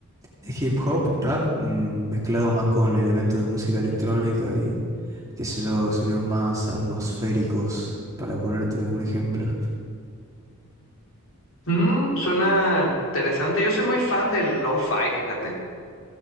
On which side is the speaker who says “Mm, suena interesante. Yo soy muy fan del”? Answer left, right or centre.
Left